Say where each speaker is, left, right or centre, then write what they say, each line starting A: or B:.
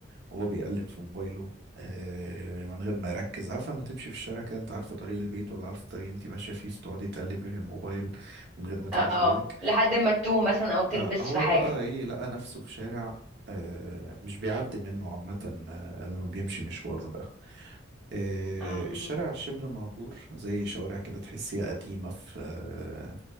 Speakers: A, on the right; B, on the right.
A: وهو بيقلب في موبايله إيه من غير ما يركز عارفة لما تمشي في الشارع كده انت عارفة طريق البيت ولا عارفة الطريق اللي انت ماشية فيه فتقعدي تقلبي في الموبايل من غير ما تاخدي
B: اه
A: بالك
B: لحد ما تتوه مثلا او تلبس
A: آه هو
B: في حاجة
A: بقى ايه لقى نفسه في شارع آه مش بيعدي منه عامة آه لما بيمشي مشواره ده آه،
B: اه
A: الشارع شبه مهجور زي شوارع كده تحسيها قديمة في آه،